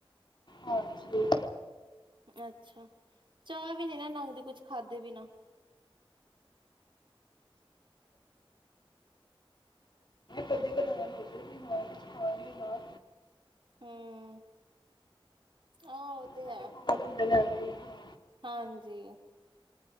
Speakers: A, on the left (about 55°); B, on the right (about 60°).
A: ਹਾਂਜੀ।
B: ਅੱਛਾ ਚਾਹ ਵੀ ਨੇ ਨਾ ਨੰਗ ਦੇ ਕੁਛ ਖਾਧੇ ਬੀ ਨਾ
A: ਕਦੀ ਕਦਾਰ ਹੋ ਜੇ ਵੀ ਹਾਂ ਕੁਝ ਖਾ ਲਿਆ ਨਾ
B: ਹਮ ਆਹ ਉਹ ਤੇ
A: ਸਾਡੇ
B: ਹੈ
A: ਕੋਲ ਹੁੰਦੇ ਨੇ ਵੀ ਹਾਂ
B: ਹਾਂਜੀ